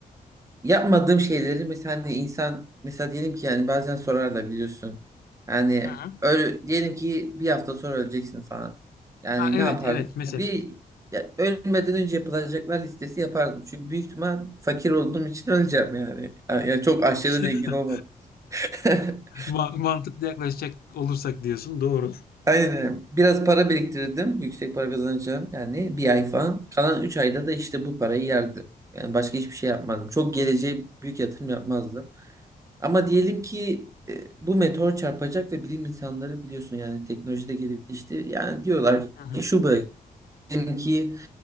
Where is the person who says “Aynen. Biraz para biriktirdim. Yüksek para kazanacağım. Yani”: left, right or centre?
Right